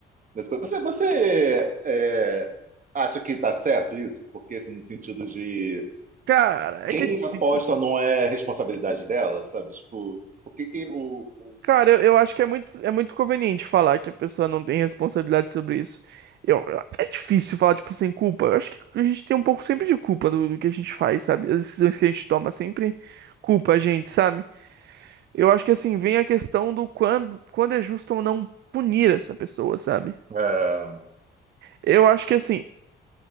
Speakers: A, on the right; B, on the right.
A: nessas coisas. Você, você, é, acha que tá certo isso? Porque, assim, no sentido de
B: Cara,
A: Quem
B: é que é
A: aposta
B: difícil.
A: não é responsabilidade dela, sabe? Tipo, por que que o, o-
B: Cara, eu, eu acho que é muito, é muito conveniente falar que a pessoa não tem responsabilidade sobre isso. Eu, eu- é difícil falar, tipo, sem culpa. Eu acho que a gente tem um pouco sempre de culpa do, do que a gente faz, sabe? As decisões que a gente toma sempre culpa a gente, sabe? Eu acho que assim vem a questão do quando, quando é justo ou não punir essa pessoa, sabe?
A: É,
B: Eu acho que assim